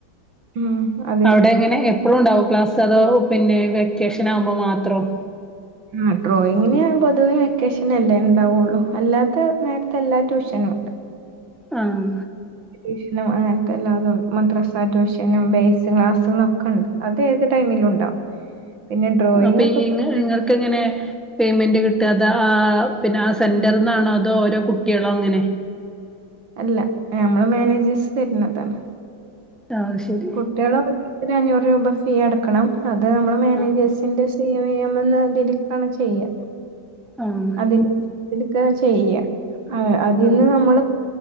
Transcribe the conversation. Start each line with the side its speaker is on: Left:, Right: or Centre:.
Right: ഉം അത
Centre: അവിടെ അങ്ങനെ എപ്പളും ഉണ്ടാവോ ക്ലാസ്സ് അതോ പിന്നെ വെക്കേഷൻ ആകുമ്പോ മാത്രം.
Right: ആ ഡ്രോയിങ്ങിന് പൊതുവെ വെക്കേഷനല്ലേ ഉണ്ടാവുള്ളു. അല്ലാത്ത നേരത്ത് എല്ലാ ട്യൂഷനും ഉണ്ട്.
Centre: ആഹ്.
Right: ട്യൂഷനും അങ്ങനത്തെ എല്ലാതും മദ്രസാ ട്യൂഷനും, ബേസ് ക്ലാസ്സും, ഒക്കെ ഉണ്ട്. അത് ഏത് ടൈമിലും ഉണ്ടാവും. പിന്നെ ഡ്രോയിങ്
Centre: അപ്പൊ
Right: ഒക്കെ
Centre: ഈ
Right: പൊതുവായിട്ട്
Centre: നിങ്ങക്ക് എങ്ങനെ. പേയ്മെന്റ് കിട്ട, അത് ആ പിന്നെ ആ സെന്ററിൽ നിന്നാണോ, അതോ ഓരോ കുട്ടികള് അങ്ങനെ.
Right: അല്ല നമ്മള് മാനേജേഴ്സ് തരുന്നതാണ്.
Centre: ആഹ് ശരി
Right: കുട്ടികൾ ഓരോരുത്തരും അഞ്ഞൂറ് രൂപ ഫീ അടുക്കണം അത് നമ്മള് മാനേജ്
Centre: ആഹ്
Right: സിന്റെ സി എം ഇ എമ്മ് ന്ന് ഇതിൽക്കാണ് ചെയ്യ.
Centre: ആഹ്.
Right: അതിന്റെടുക്ക ചെയ്യുക. അതീന്ന്
Centre: ആഹ്
Right: നമ്മള്